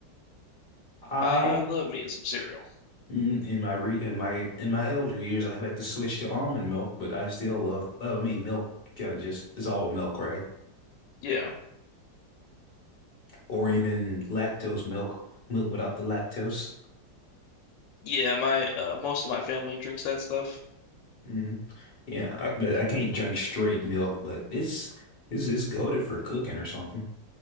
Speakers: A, on the left; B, on the left.
A: I
B: I love me some cereal.
A: Mm, In my re in my in my elder years, I had to switch to almond milk, but I still love. Well, I mean, milk kind of just is all milk, right?
B: Yeah,
A: Or even lactose milk, milk without the lactose.
B: yeah. My uh, most of my family drinks that stuff
A: hmm Yeah, I, but I can't drink straight milk, but it's it's it's goaded for cooking or something.